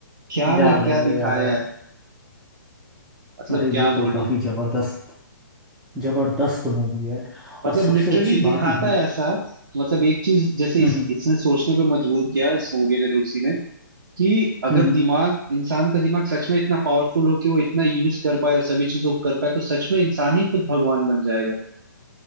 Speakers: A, on the right; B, in the centre.
A: क्या ना
B: याद
A: क्या
B: आया
A: दिखाया
B: याद आया
A: है मतलब
B: अरे
A: क्या
B: ये तो
A: बोलूं
B: काफी जबरदस्त जबरदस्त मूवी है
A: मतलब
B: और सबसे
A: लिटरली
B: अच्छी
A: दिखाता
B: बात ये
A: है ऐसा मतलब एक चीज जैसे
B: हम्म
A: इस, इसने सोचने पे मजबूर किया इस मूवी ने लूसी ने कि अगर
B: हम्म
A: दिमाग इंसान का दिमाग सच में इतना पावरफुल हो कि वो इतना यूज कर पाए और सभी चीजों को कर पाए तो सच में इंसान ही खुद भगवान बन जाएगा